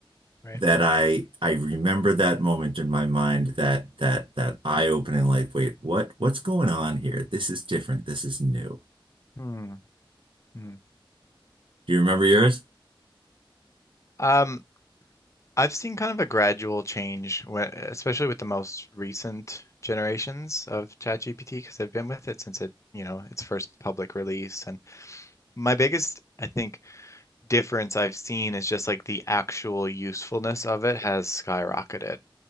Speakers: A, on the left (about 35°); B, on the right (about 70°).
A: Right.
B: that I I remember that moment in my mind that that that eye-opening like, wait, what what's going on here? This is different. This is new.
A: Hmm. Hmm.
B: Do you remember yours?
A: Um, I've seen kind of a gradual change, when, especially with the most recent generations of ChatGPT, because I've been with it since it, you know, its first public release. And my biggest, I think, difference I've seen is just like the actual usefulness of it has skyrocketed.